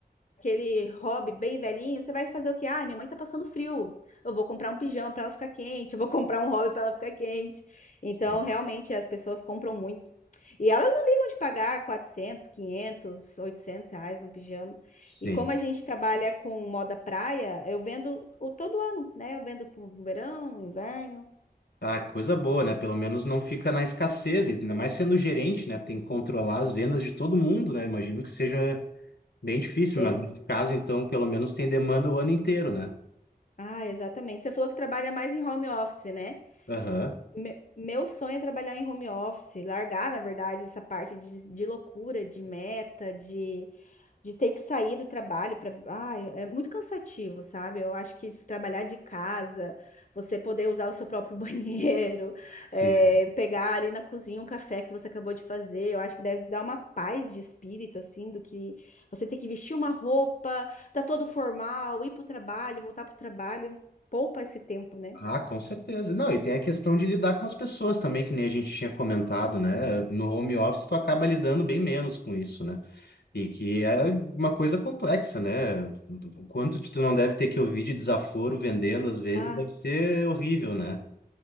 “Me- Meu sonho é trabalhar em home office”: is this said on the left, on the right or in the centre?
Left